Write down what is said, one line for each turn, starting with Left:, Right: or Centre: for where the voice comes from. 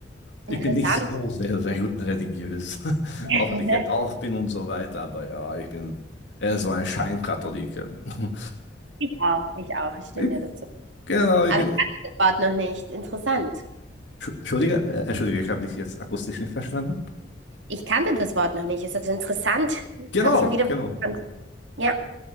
Left: Ich
Right: Interessant.
Left: bin nicht so sehr re religiös, <laughs>
Right: <laughs>
Left: auch wenn ich getauft bin und so weiter, aber ja, ich bin eher so ein Scheinkatholiker. <laughs>
Right: Ich auch. Ich auch. Ich stimme
Left: Ich,
Right: dir dazu.
Left: genau, ich
Right: Aber
Left: bin.
Right: Wort noch nicht. Interessant.
Left: Schu- Entschuldige, äh, Entschuldige, ich habe dich jetzt akustisch nicht verstanden.
Right: Ich kannte das Wort noch nicht. Ist das interessant?
Left: Genau,
Right: Hab schon wieder.
Left: genau.
Right: was gelernt. Ja,